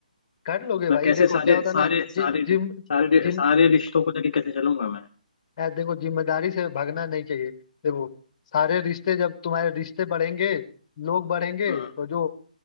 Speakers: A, on the left; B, on the left.
A: कर लोगे
B: मैं
A: भाई
B: कैसे
A: देखो
B: सारे
A: क्या होता है
B: सारे
A: ना जि,
B: सारे
A: जिम
B: सारे
A: जिम
B: सारे रिश्तों को लेके कैसे चलूंगा मैं
A: यार देखो जिम्मेदारी से भागना नहीं चाहिए देखो सारे रिश्ते जब तुम्हारे रिश्ते बढ़ेंगे लोग बढ़ेंगे
B: हम्म,
A: तो जो